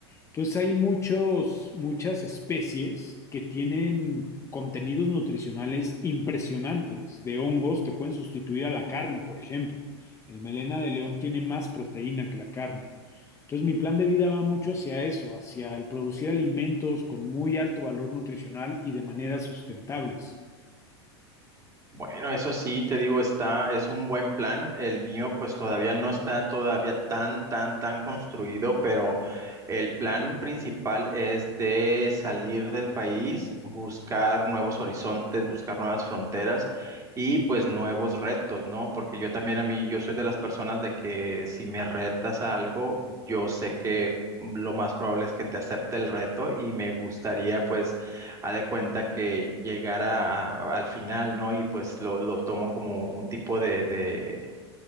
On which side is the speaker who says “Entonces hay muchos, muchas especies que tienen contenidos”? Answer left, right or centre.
Left